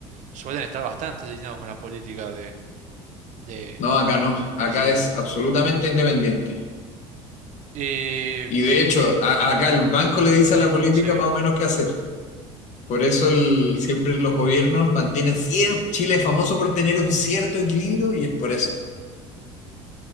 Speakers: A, on the right (about 55°); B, on the left (about 55°).
A: suelen estar bastante alineados con la política de, de
B: No, acá no.
A: el
B: Acá
A: presidente.
B: es absolutamente independiente.
A: Y
B: Y de hecho, a- acá el banco le dice a la política
A: sí.
B: más o menos qué hacer. Por eso el, siempre los gobiernos mantienen cierto, Chile es famoso por tener un cierto equilibrio y es por eso.